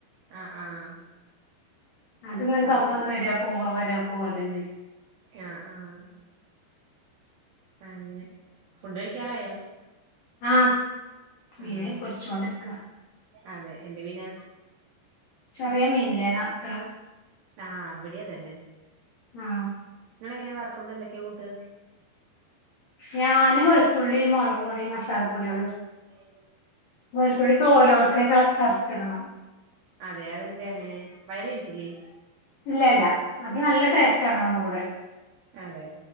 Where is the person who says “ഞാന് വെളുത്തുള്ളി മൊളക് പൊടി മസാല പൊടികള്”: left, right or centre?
Left